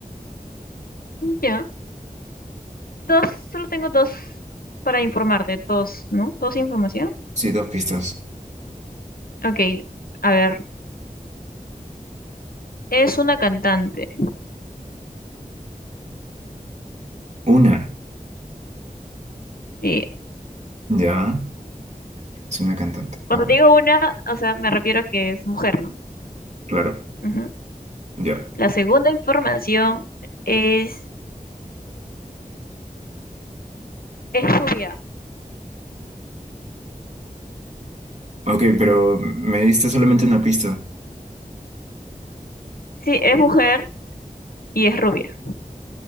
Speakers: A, on the left; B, on the right.
A: ya. Dos, solo tengo dos para informarte, dos, ¿no? Dos información.
B: Sí, dos pistas.
A: Ok, a ver, es una cantante.
B: Una,
A: Sí.
B: ya, es una cantante.
A: Cuando
B: A ver,
A: digo una, o sea, me refiero a que es mujer, ¿no?
B: claro,
A: Ujú.
B: ya.
A: La segunda información es, es rubia.
B: Ok, pero me diste solamente una pista.
A: Sí, es mujer y es rubia.